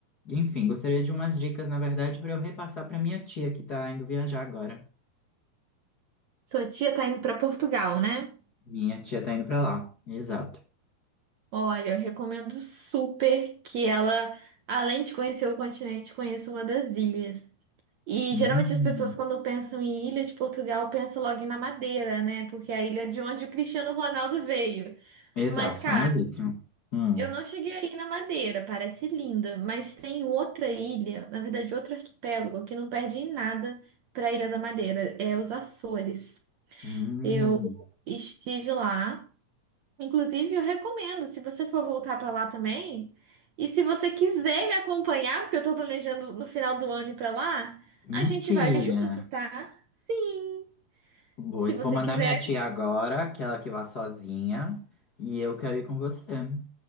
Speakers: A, on the left (about 50°); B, on the right (about 65°).
A: enfim, gostaria de umas dicas, na verdade, para eu repassar para minha tia que tá indo viajar agora.
B: sua tia tá indo para Portugal, né?
A: Minha tia tá indo para lá, exato.
B: Olha, eu recomendo super que ela, além de conhecer o continente, conheça uma das ilhas. E
A: Hum,
B: geralmente as pessoas, quando pensam em Ilha de Portugal, pensam logo na Madeira, né? Porque é a ilha de onde o Cristiano Ronaldo veio.
A: exato,
B: Mas, cara,
A: famosíssimo. Hum,
B: eu não cheguei aí na Madeira, parece linda, mas tem outra ilha, na verdade, outro arquipélago que não perde em nada para a Ilha da Madeira, é os Açores.
A: hum,
B: Eu estive lá. Inclusive, eu recomendo, se você for voltar para lá também, e se você quiser me acompanhar, porque eu tô planejando no final do ano ir para lá,
A: mentira.
B: a gente vai junto, tá? Sim,
A: Boa,
B: se
A: vou
B: você
A: mandar
B: quiser.
A: minha tia agora, que ela que vá sozinha, e eu quero ir com você.